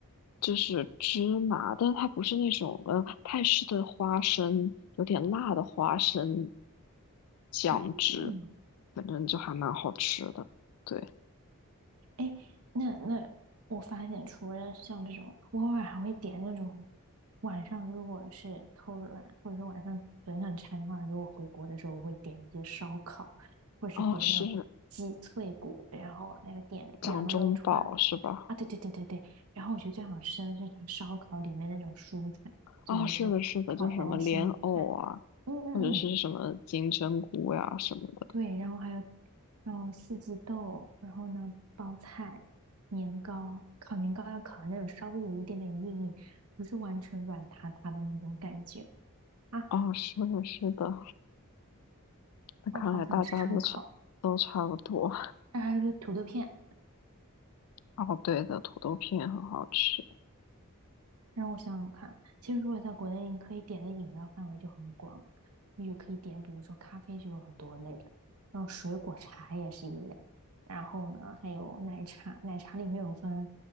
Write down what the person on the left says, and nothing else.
就是芝麻，但是它不是那种呃泰式的花生，有点辣的花生酱汁，
反正就还蛮好吃的。对，
哦，是
掌中宝是吧？
哦，是的，是的，就是什么莲藕啊，
或者是什么金针菇呀、什么的。
哦，是的，是的，那看来大家都差都差不多。
哦，对的，土豆片很好吃，